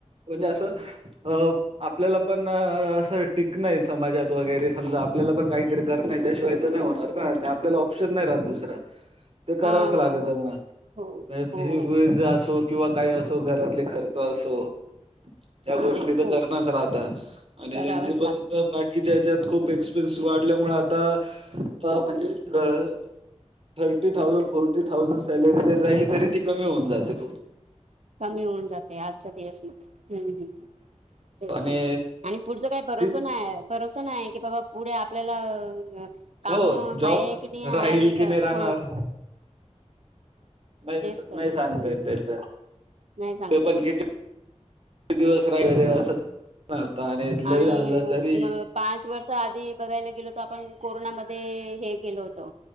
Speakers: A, on the right; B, on the right.
A: म्हणजे असं अ आपल्याला पण असं टिकण समाजात वगैरे समजा आपल्याला पण काहीतरी कर नाही त्याशिवाय तर नाही होणार. आपल्याला ऑप्शन नाही राहत दुसरा. ते करावंच
B: हा हा
A: लागत
B: हा
A: मग
B: हो
A: म्हे ते
B: हो हो
A: भुईज असो. किंवा काही असो घरातले खर्च असो. त्या
B: हा
A: गोष्टी तर
B: हो
A: करणच राहता आणि
B: करावंच
A: त्यांची पण
B: लागत
A: जर बॅक. कि ज्याच्यात खूप एक्सपेन्सेस वाढल्यामुळे आता, आता म्हणजे अ. Thirty thousand, forty thousand salary जरी राहिली तरी ती कमी होऊन जाते खूप.
B: कमी होऊन जाते, आजच्या दिवसमध्ये हम्म हम्म. तेच
A: आणि
B: तर आणि, पुढचं काय भरोसा
A: ती
B: नाही भरोसा. असं नाही की बाबा पुढे, आपल्याला काम
A: हो जॉब
B: आहे की नाही आहे
A: राहील की
B: हां.
A: नाही राहणार नाही
B: तेच तर
A: नाही
B: हम्म
A: सांगतयेत त्याचं,
B: नाही सांगता
A: ते पण
B: येत
A: किती. किती दिवस राहील असं असत, आणि इथलं
B: आणि
A: लै झालं तरी.
B: पाच वर्ष आधी बघायला गेलो त आपण कोरोनामध्ये हे गेलो होतो,